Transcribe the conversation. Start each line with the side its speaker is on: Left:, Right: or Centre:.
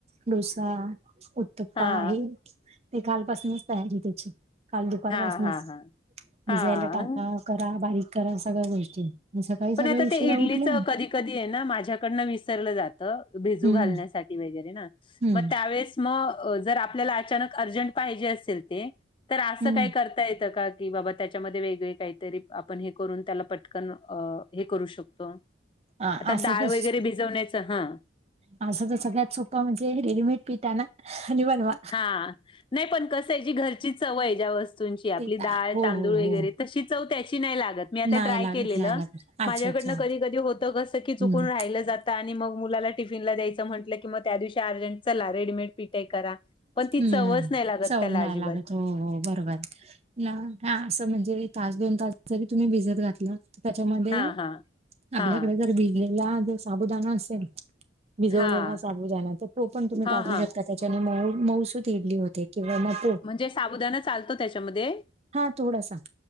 Right: डोसा. <unintelligible>
Left: हा.
Right: ते कालपासनच तयारी त्याची. काल दुपारपासनच
Left: हा हा हा
Right: भिजवायला
Left: हा.
Right: टाका. करा बारीक करा सगळ्या गोष्टी. मी सकाळी सकाळी
Left: पण आता
Right: उशिरा
Left: ते इडलीच
Right: उठले
Left: कधी- कधी ए ना माझ्याकडन विसरल जात. भिजू
Right: हम्म
Left: घालण्यासाठी वगैरे ना?
Right: हम्म
Left: मग त्यावेळेस- म जर आपल्याला अचानक अर्जंट पाहिजे असेल ते. तर असं
Right: हम्म
Left: काय करता येतं का? कि बाबा त्याच्यामध्ये वेगळे काहीतरी आपण हे करून त्याला पटकन अ हे करू शकतो?
Right: अ
Left: आता
Right: असं
Left: डाळ
Right: तर
Left: वगैरे भिजवण्याच हा.
Right: असं तर सगळ्यात सोपं म्हणजे रेडीमेड पिठ आणा आणि बनवा.
Left: हां. नाही पण कसंए, जी घरची चव आहे ज्या वस्तूंची आपली
Right: ते तर
Left: डाळ
Right: हो
Left: तांदूळ
Right: हो
Left: वगैरे
Right: हो
Left: तशी- चव त्याची नाही लागत. मी आता
Right: नाही
Left: ट्राय
Right: लागत
Left: केलेलं.
Right: नाही लागत अच्छा
Left: माझ्याकडनं
Right: अच्छा
Left: कधी कधी होत कस की चुकून
Right: हम्म
Left: राहिलं जात. आणि मग मुलाला टिफिनला द्यायचं म्हटलं की मग त्या दिवशी अर्जंट चला रेडीमेड पीठ आहे करा. पण
Right: हम्म.
Left: ती चवच नाही लागत
Right: चव
Left: त्याला
Right: नाही
Left: अजिबात
Right: लागत. हो हो बरोबर. ना हा. असं म्हणजे तास दोन तास जरी तुम्ही भिजत घातलं- त्याच्यामध्ये
Left: हा हा
Right: आपल्याकडे
Left: हा
Right: जर भिजलेला जर साबुदाणा असेल- भिजवलेला
Left: हा
Right: साबुदाणा. तर तो पण तुम्ही
Left: हा
Right: टाकू
Left: हा
Right: शकता त्याच्यामुळे मऊ - मऊसूत इडली होते किंवा मग-
Left: म्हणजे साबुदाणा चालतो त्याच्यामध्ये?
Right: हा. थोडासा.